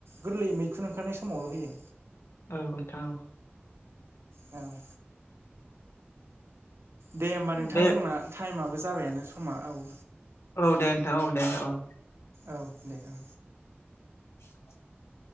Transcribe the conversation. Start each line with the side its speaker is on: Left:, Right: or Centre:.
Right: गोरलै मैखुन ओंखारनाय समावल' होयो
Left: औ नोंथां औ
Right: औ दे होमबा नोंथां
Left: दे
Right: जोंना टाइमाबो जाबायानो समा औ
Left: औ दे नोंथां औ दे औ
Right: औ दे औ।
Left: <inaudible>